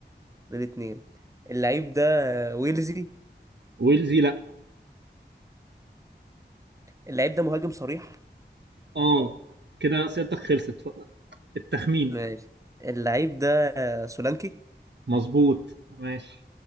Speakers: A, on the right (about 15°); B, on the right (about 70°).
A: فاضل لي اتنين اللعيب ده ويلزي
B: ويلزي لا
A: اللعيب ده مهاجم صريح
B: اه كده اسئلتك خلصت ف- التخمين
A: ماشي اللعيب ده سولانكي
B: مظبوط ماشي